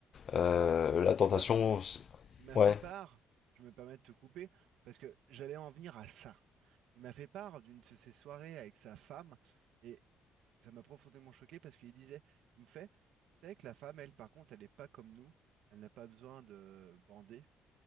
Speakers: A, on the left (about 50°); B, on the right (about 85°).
A: Euh,
B: C'est vrai. Et
A: la
B: tu
A: tentation,
B: vois,
A: c'est-
B: il m'a
A: ouais,
B: fait part, je me permets de te couper, parce que j'allais en venir à ça. Il m'a fait part d'une de ses soirées avec sa femme, et ça m'a profondément choqué parce qu'il disait, il me fait, tu savais que la femme, elle, par contre, elle n'est pas comme nous, elle n'a pas besoin de bander,